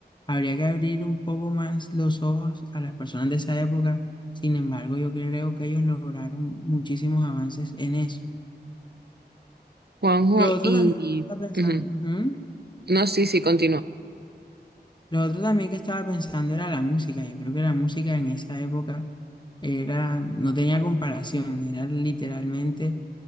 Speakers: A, on the left; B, on the right.
A: habría que abrir un poco más los ojos a las personas de esa época. Sin embargo, yo creo que ellos lograron muchísimos avances en eso.
B: Juanjo,
A: Lo otro
B: y...
A: también que está pensando,
B: ujú.
A: ujú.
B: No, sí, sí, continúa.
A: Lo otro también que estaba pensando era la música. Yo creo que la música en esa época era, no tenía comparación, era literalmente